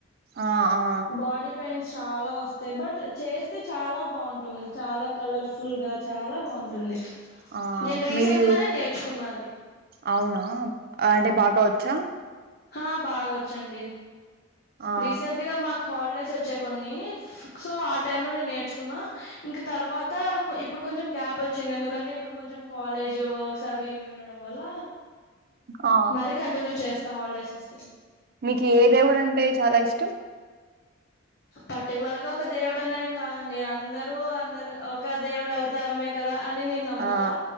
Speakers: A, on the right; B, on the left.
A: ఆ ఆ
B: బాడీ పెయిన్స్ చాలా వస్తాయి బట్ చే అయితే చాలా బాగుంటుంది చాలా కలర్ఫుల్ గా చాలా బాగుంటుంది
A: ఆ
B: నేను రీసెంట్
A: మీది
B: గానే నేర్చుకున్నా అది
A: అవునా అంటే బాగా వచ్చా
B: ఆ బాగా వచ్చండి.
A: ఆ
B: రీసెంట్ గా మాకు హాలిడేస్ వచ్చే కొన్ని సో ఆ టైంలో నేను నేర్చుకున్న ఇంక తర్వాత ఇప్పుడు కొంచెం గ్యాప్ వచ్చింది ఎందుకంటే ఇప్పుడు కొంచెం కాలేజ్ వర్క్స్ అవి ఇవి ఉ వల్ల
A: ఆ
B: మరీ కంటిన్యూ చేస్తా హాలిడేస్ వస్తే
A: మీకు ఏ దేవుడుంటే చాలా ఇష్టం
B: పర్టికులర్ గా ఒక దేవుడు అనేం కాదండి అందరూ అందరు ఒక దేవుడు అవతారమే కదా అని నేను నమ్ముతా
A: ఆ